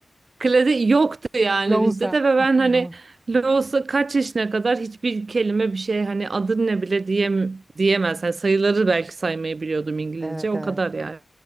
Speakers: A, on the right (about 55°); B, on the right (about 20°).
A: Klasik yoktu yani
B: Loğusa.
A: bizde de ve ben
B: <laughs>
A: hani
B: Loğusa.
A: Los'a kaç yaşına kadar hiçbir kelime bir şey hani adın ne bile diyem diyemez. Hani sayıları belki saymayı biliyordum İngilizce
B: Evet
A: o
B: evet.
A: kadar yani.